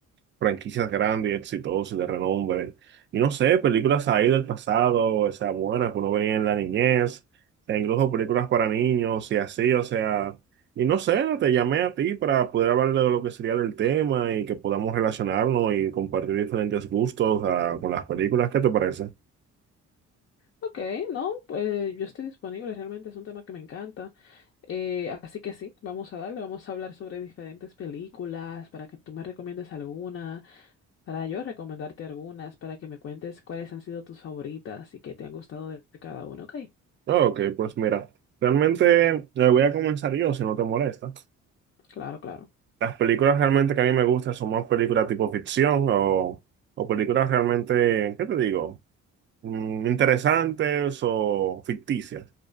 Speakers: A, on the right (about 40°); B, on the left (about 45°).
A: franquicias grandes y exitosas y de renombre. Y no sé, películas ahí del pasado, o sea, buenas que uno veía en la niñez, e incluso películas para niños y así, o sea, y no sé, te llamé a ti para poder hablar de lo que sería del tema y que podamos relacionarnos y compartir diferentes gustos, ah, con las películas, ¿qué te parece?
B: Ok, no, pues yo estoy disponible. Realmente es un tema que me encanta. Eh, así que sí, vamos a darle. Vamos a hablar sobre diferentes películas para que tú me recomiendes alguna, para yo recomendarte algunas, para que me cuentes cuáles han sido tus favoritas y qué te han gustado de cada una. Ok,
A: Ah, Ok, pues mira, realmente eh, voy a comenzar yo, si no te molesta.
B: claro, claro.
A: Las películas realmente que a mí me gustan son más películas tipo ficción o... O películas realmente, ¿qué te digo? mm, interesantes o ficticias.